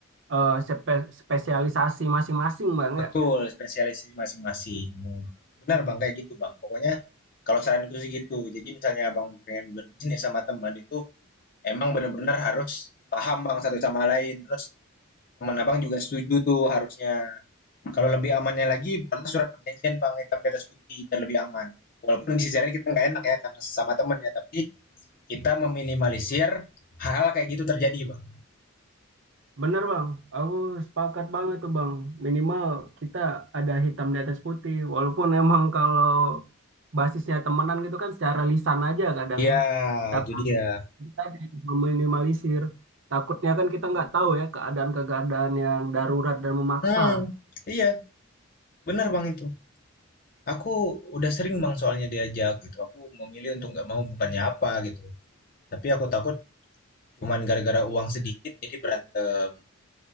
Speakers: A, on the right; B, on the left.
A: eh, spe- spesialisasi masing-masing bang
B: Betul,
A: ya.
B: spesialisasi masing-masing. Benar, Bang, kayak gitu, Bang. Pokoknya kalau saranku sih gitu. Jadi misalnya Abang pengen berbisnis sama teman itu emang bener-bener harus paham Bang satu sama lain. Terus teman Abang juga setuju tuh harusnya. Kalau lebih amannya lagi buatlah surat perjanjian, Bang, hitam di atas putih biar lebih aman. Walaupun di sisi lain kita nggak enak ya karena sesama temen ya, tapi kita meminimalisir hal-hal kayak gitu terjadi, Bang.
A: Bener bang, aku sepakat banget tuh bang. Minimal kita ada hitam di atas putih. Walaupun emang kalau basisnya temenan gitu kan secara lisan aja kadang
B: Iya,
A: ya. Tapi
B: itu dia.
A: kita meminimalisir. Takutnya kan kita nggak tahu ya keadaan-keadaan yang darurat dan memaksa.
B: Hmm, iya, benar Bang itu. Aku udah sering Bang soalnya diajak gitu. Aku memilih untuk nggak mau bukannya apa gitu. Tapi aku takut cuman gara-gara uang sedikit jadi berantem.